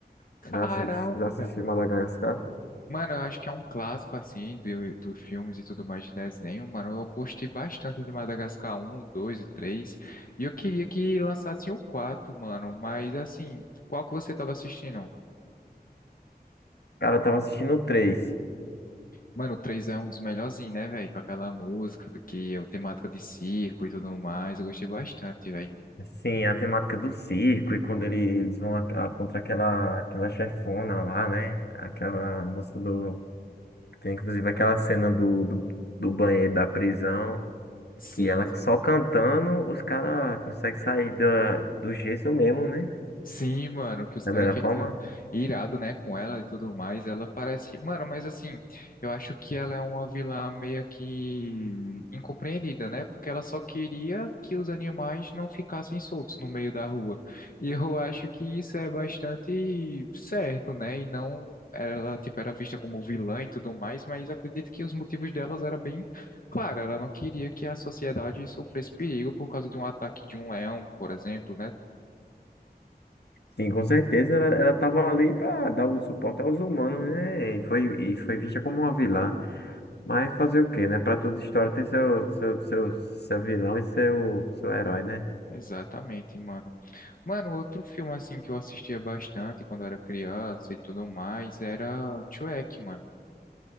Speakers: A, on the left; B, on the left.
A: Caraca!
B: já assisti, já assisti Madagascar?
A: Mano, eu acho que é um clássico, assim, do- dos filmes e tudo mais de desenho, mano. Eu gostei bastante de Madagascar um, 2 e três E eu queria que lançassem o 4, mano. Mas, assim, qual que você tava assistindo?
B: Cara, eu tava assistindo o 3.
A: Mano, o 3 é um dos melhorzinhos, né, velho? Com aquela música, porque a temática de circo e tudo mais. Eu gostei bastante, velho.
B: Sim, a temática do circo e quando ele- eles vão a- a- contra aquela, aquela chefona lá, né? Aquela moça do. Tem inclusive aquela cena do, do, do banheiro da prisão.
A: Sim,
B: Que ela só cantando, os caras conseguem sair da, do gesso mesmo, né?
A: Sim, mano, que os
B: Da
A: caras
B: melhor
A: ficam
B: forma.
A: irados, né, com ela e tudo mais. Ela parece. Mano, mas assim, eu acho que ela é uma vilã meio que incompreendida, né? Porque ela só queria que os animais não ficassem soltos no meio da rua. E eu acho que isso é bastante certo, né? E não ela, tipo, era vista como vilã e tudo mais, mas acredito que os motivos delas eram bem claros. Ela não queria que a sociedade sofresse perigo por causa de um ataque de um leão, por exemplo, né?
B: Sim, com certeza ela, ela tava ali pra dar o suporte aos humanos, né? E foi, e foi vista como uma vilã. Mas fazer o quê, né? Pra toda história tem seu, seu, seu, seu vilão e seu, seu herói, né?
A: Exatamente, mano. Mano, outro filme assim que eu assistia bastante quando eu era criança e tudo mais era Shrek, mano.